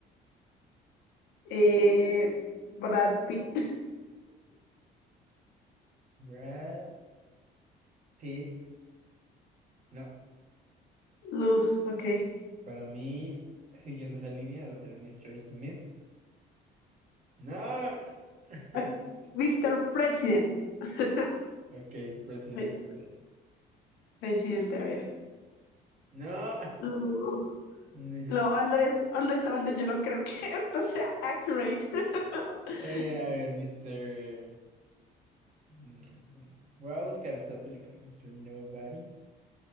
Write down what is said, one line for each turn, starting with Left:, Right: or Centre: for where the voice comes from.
Left: Eh, Brad Pitt. <laughs>
Right: Brad Pitt. No.
Left: No, ok.
Right: Para mí, siguiendo esa línea, va a ser Mr. Smith. No. <laughs>
Left: Ok, Mr. President. <laughs>
Right: Ok, presidente.
Left: Ay,
Right: Presidente.
Left: Presidente, a ver.
Right: No.
Left: No,
Right: <laughs> Mis-
Left: No, Andrés, honestamente, yo no creo que <laughs> esto sea accurate. <laughs>
Right: eh, a ver, Mr. mm, Voy a buscar esta película, Mr. Nobody.